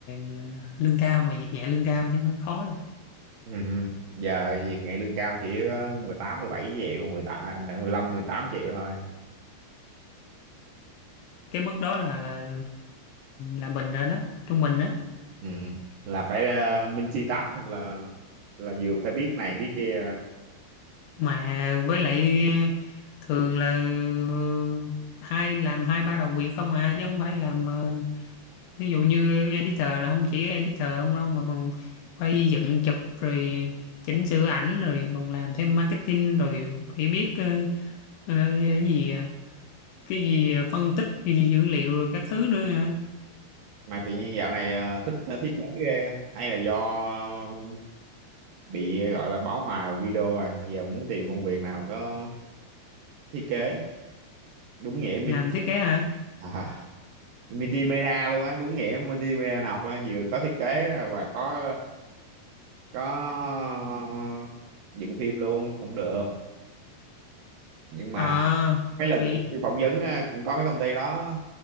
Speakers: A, on the left; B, on the right.
A: ờ, lương cao mà việc nhẹ lương cao chắc hơi khó rồi
B: ừ ừ. giờ việc nhẹ lương cao chỉ có mười tám mười bảy triệu mười tám mười lăm mười tám triệu thôi
A: cái mức đó là là là mình rồi đó trung bình đó
B: ừ là phải uh, minh chi tách là là vừa phải biết này biết kia
A: mà với lại ờ, thường là ờ, hai làm hai ba đầu việc không à chứ không phải làm ờ, ví dụ như editor là không chỉ editor không đâu mà còn quay dựng chụp rồi chỉnh sửa ảnh rồi còn làm thêm marketing rồi phải biết ờ, ờ, cái gì à, cái gì à, phân tích cái gì dữ liệu rồi các thứ nữa hả
B: mà tự nhiên dạo này à, thích à, thiết kế ghê hay là do ờ, bị gọi là bão hòa video rồi giờ muốn tìm công việc nào có thiết kế đúng nghĩa multimedia
A: làm thiết kế hả
B: à, multimedia luôn á đúng nghĩa multimedia học á vừa có thiết kế và có có dựng phim luôn cũng được nhưng mà
A: ờ
B: mấy lần
A: thì
B: cũng đi phỏng vấn á, cũng có mấy công ty đó